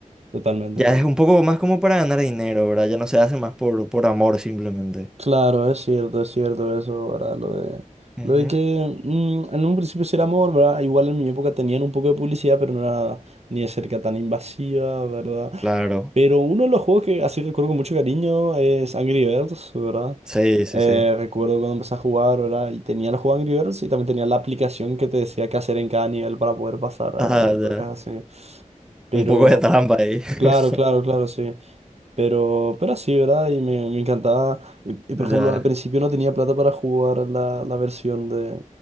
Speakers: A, on the right (about 55°); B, in the centre.
A: Totalmente.
B: Ya
A: to-
B: es un poco más como para ganar dinero, ¿verdad? Ya no se hace más por, por amor simplemente.
A: Claro, es cierto, es cierto eso, ¿verdad? Lo de,
B: Ujú.
A: lo de que mm, en un principio sí era amor, ¿verdad? Igual en mi época tenían un poco de publicidad, pero no era ni de cerca tan invasiva, ¿verdad?
B: Claro,
A: Pero uno de los juegos que así recuerdo con mucho cariño es Angry Birds, ¿verdad?
B: sí, sí,
A: Eh,
B: sí.
A: recuerdo cuando empecé a jugar, ¿verdad? Y tenía el juego Angry Birds y también tenía la aplicación que te decía qué hacer en cada nivel para poder pasar, ¿verdad?
B: Ajá,
A: Entonces
B: ya.
A: así. Pero,
B: Un poco de trampa ahí. <laughs>
A: claro, claro, claro, sí. Pero, pero así, ¿verdad? Y me, me encantaba. Y, y, por
B: Ya,
A: ejemplo, al principio no tenía plata para jugar la, la versión de...